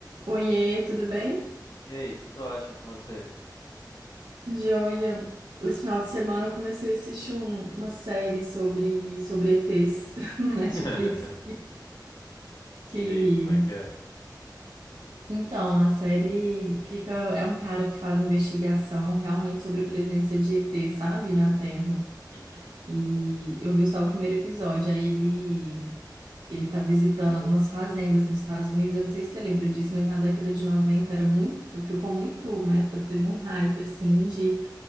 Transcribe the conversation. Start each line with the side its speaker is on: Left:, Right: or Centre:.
Right: Oiê, tudo bem?
Left: E aí, tudo ótimo com você?
Right: Joia. Esse final de semana eu comecei a assistir um- uma série sobre, sobre ETs <laughs> na
Left: <laughs>
Right: Netflix. Que,
Left: E aí, como é que é?
Right: então, a série fica, é um cara que faz investigação realmente sobre a presença de ET, sabe, na Terra.
Left: Uhum,
Right: E eu vi só o primeiro episódio, aí ele, ele tá visitando algumas fazendas nos Estados Unidos. Eu não sei se você lembra disso, mas na década de 90 era muito, ficou muito, uma época teve um hype assim de